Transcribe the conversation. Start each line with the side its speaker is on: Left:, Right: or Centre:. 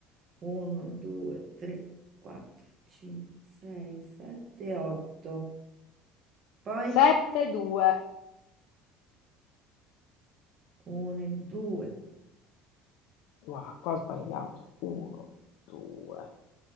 Right: 1, 2, 3, 4, 5, 6, 7, 8. Poi
Left: 7 2.
Right: 1, 2,
Left: Guarda, qua ho sbagliato. 1, 2,